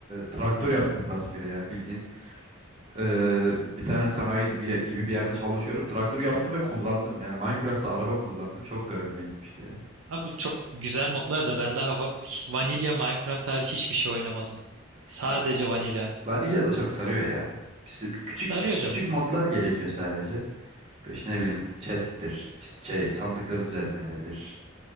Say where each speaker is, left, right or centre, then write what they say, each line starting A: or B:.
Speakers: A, on the right; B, on the right.
A: traktör yaptım rastgele. Yani bildiğin Ee, bir tane sanayi de bir gibi bir yerde çalışıyorum. Traktör yaptım ve kullandım. Yani Minecraft'ta araba kullandım. Çok garibime gitmişti ya.
B: Abi çok güzel modlar da ben daha va- vanilya Minecraft hariç hiçbir şey oynamadım. Sadece
A: Ya
B: vanilya.
A: vanilya da çok sarıyor ya. Bir, sü- bir küçük
B: Sarıyor
A: bir
B: canım.
A: küçük modlar gerekiyor sadece. İşte ne bileyim chest'tir, işte şey sandıkları düzeltmemedir,